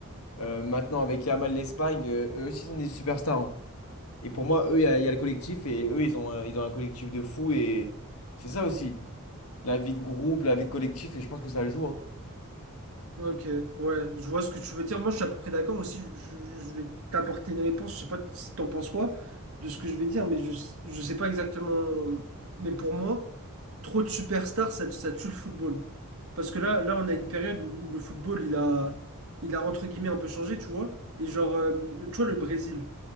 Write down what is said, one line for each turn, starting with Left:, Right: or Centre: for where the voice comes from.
Left: euh, maintenant avec Yamal l'Espagne, euh, eux aussi, ils ont des superstars. hein. Et pour moi, eux, il y, a il y a le collectif, et eux, ils ont, un- ils ont un collectif de fou, et c'est ça aussi. La vie de groupe, la vie de collectif, et je pense que ça joue, hein.
Right: Ok, ouais, je vois ce que tu veux dire. Moi, je suis à peu près d'accord aussi. Je, je- je vais t'apporter une réponse. Je sais pas si t'en penses quoi de ce que je vais dire, mais je, je sais pas exactement. Mais pour moi, trop de superstars, ça, ça tue le football. Parce que là, là, on a une période où, où le football, il a, il a entre guillemets un peu changé, tu vois. Et genre, euh, tu vois, le Brésil.